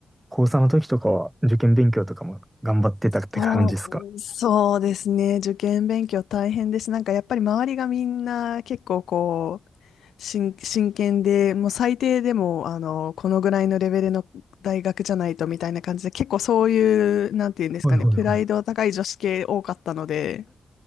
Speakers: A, on the right (about 20°); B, on the left (about 80°).
A: 高三の時とかは受験勉強とかも頑張ってたって感じですか
B: そう、そうですね。受験勉強大変です。なんかやっぱり周りがみんな結構こう、真、真剣で、もう最低でも、あの、このぐらいのレベルの大学じゃないとみたいな感じで、結構そういう、なんていうんですかね、
A: はいはいはい。
B: プライド高い女子系多かったので、
A: <laughs>